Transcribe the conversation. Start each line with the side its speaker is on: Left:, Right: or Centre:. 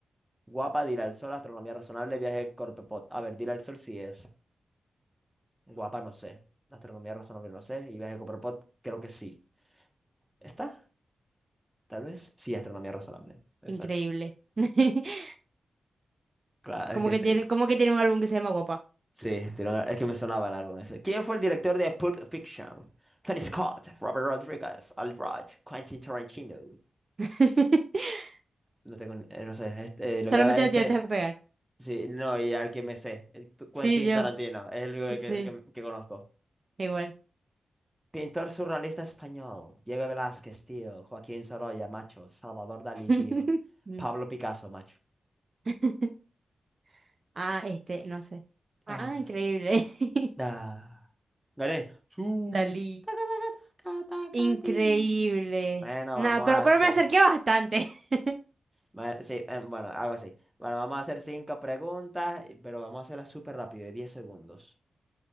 Centre: Guapa, Dile al Sol, Astronomía Razonable, Viaje Corpepot. A ver, Dile al Sol sí es. Guapa, no sé. Astronomía Razonable, no sé. Y Viaje Corpepot, creo que sí. ¿Está? Tal vez. Sí, Astronomía Razonable. Exacto.
Right: increíble. <laughs>
Centre: Claro,
Right: Como
Centre: es que
Right: que
Centre: te-
Right: tiene, como que tiene un álbum que se llama Guapa.
Centre: Sí, tiene una- es que me sonaba el álbum ese. ¿Quién fue el director de Pulp Fiction? Tony Scott, Robert Rodriguez, Al Wright, Quentin Tarantino.
Right: <laughs>
Centre: No tengo, ni- eh, no sé, este, eh,
Right: Solamente
Centre: le voy a dar a este.
Right: le tienes que pegar.
Centre: Sí, no, y al que me sé, el tu- Quentin
Right: Sí, yo.
Centre: Tarantino, es el único
Right: Sí,
Centre: que, que- que conozco.
Right: igual.
Centre: Pintor surrealista español, Diego Velázquez, tío, Joaquín Sorolla, macho, Salvador Dalí,
Right: <laughs>
Centre: tío,
Right: Mm.
Centre: Pablo Picasso, macho.
Right: <laughs> Ah, este, no sé. Ah,
Centre: Ah,
Right: increíble. <laughs>
Centre: da. Gané. Su.
Right: Dalí.
Centre: Taca, taca, taca, taca,
Right: Increíble.
Centre: ti. Bueno,
Right: Nada,
Centre: vamos
Right: pero,
Centre: a hacer.
Right: pero me acerqué bastante. <laughs>
Centre: Bueno, sí, em, bueno, algo así. Bueno, vamos a hacer cinco preguntas, y- pero vamos a hacerlas súper rápido, de 10 segundos.